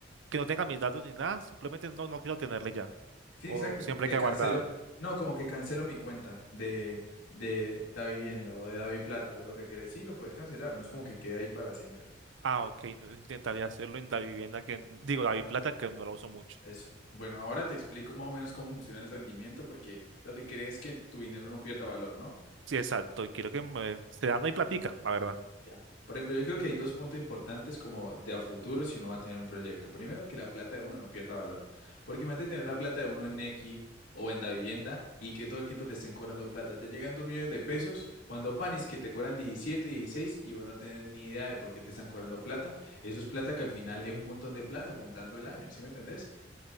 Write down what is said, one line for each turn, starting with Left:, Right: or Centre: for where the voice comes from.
Right: que no tenga mis datos ni nada? Simplemente no, no quiero tenerla ya.
Left: Sí,
Right: O
Left: exacto,
Right: siempre
Left: como que
Right: queda
Left: cancelo,
Right: guardada.
Left: no, como que cancelo mi cuenta de, de Da Vivienda o de Davi Plata o de lo que quieres. Sí, lo puedes cancelar, no es como que quede ahí para siempre.
Right: Ah, ok. Entonces intentaría hacerlo en la vivienda que, digo, la plata que no la uso mucho.
Left: Eso. Bueno, ahora te explico más o menos cómo funciona el rendimiento, porque lo que querés es que tu dinero no pierda valor, ¿no?
Right: Sí, exacto. Y quiero que me se dan ahí platica, la verdad.
Left: Ya. Por ejemplo, yo creo que hay dos puntos importantes como de a futuro si uno va a tener un proyecto. Primero, que la plata de uno no pierda valor. Porque imagínate tener la plata de uno en Nequi o en Davivienda y que todo el tiempo te estén cobrando plata. Te llegan 2 millones de pesos cuando panis que te cobran 17, 16 y vos no tenés ni idea de por qué te están cobrando plata. Eso es plata que al final es un montón de plata contando el año, ¿sí me entendés?